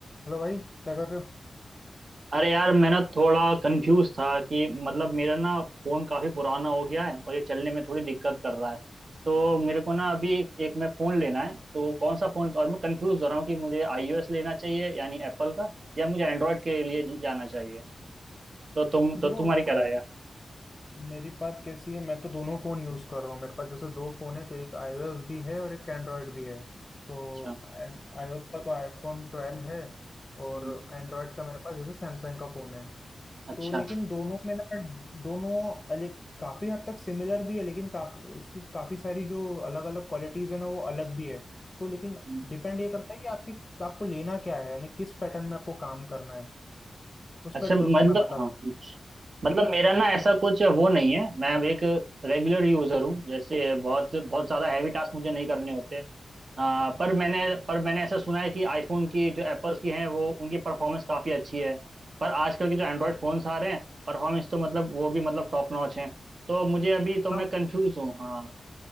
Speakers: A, on the left; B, on the right.
A: Hello भाई क्या कर रहे हो
B: अरे यार मैं ना थोड़ा कंफ्यूज था कि मतलब मेरा ना फोन काफी पुराना हो गया है और ये चलने में थोड़ी दिक्कत कर रहा है तो मेरे को ना अभी एक, एक मैं फोन लेना है तो कौन सा फोन और मैं कंफ्यूज हो रहा हूँ कि मुझे आईओएस लेना चाहिए यानी एप्पल का या मुझे एंड्रॉयड के लिए ज- जाना चाहिए तो तुम तो
A: देखो
B: तुम्हारी क्या
A: यार,
B: राय है
A: मेरी बात कैसी है मैं तो दोनों फ़ोन यूज़ कर रहा हूँ मेरे पास जैसे दो फ़ोन है तो एक iOS भी है और एक एंड्रॉयड भी है तो
B: अच्छा
A: iOS का तो iPhone 12 है और
B: हम्म,
A: एंड्रॉयड का मेरे पास जैसे सैमसंग का फ़ोन है
B: अच्छा
A: तो लेकिन दोनों में ना दोनों अलग काफ़ी हद तक सिमिलर भी है लेकिन काफ़ी उसकी काफ़ी सारी जो अलग अलग क्वालिटीज़ है ना वो अलग भी है तो लेकिन
B: हम्म,
A: डिपेंड ये करता है कि आपकी आपको लेना क्या है यानी किस पैटर्न में आपको काम करना है उस
B: अच्छा
A: पर डिपेंड
B: मतलब
A: मैं बता
B: हाँ
A: सकता
B: कुछ मतलब मेरा ना ऐसा कुछ वो नहीं है मैं अब एक रेगुलर यूजर हूँ जैसे बहुत बहुत ज्यादा हैवी टास्क मुझे नहीं करने होते आ, पर मैंने पर मैंने ऐसा सुना है कि आईफोन की जो एप्पल्स की हैं वो उनकी परफॉर्मेंस काफ़ी अच्छी है पर आजकल के जो एंड्रॉयड
A: हूँ हाँ
B: फ़ोन्स आ रहे हैं परफॉर्मेंस तो मतलब वो भी मतलब टॉप नॉच हैं तो मुझे अभी तो
A: हाँ
B: मैं कंफ्यूज हूँ हाँ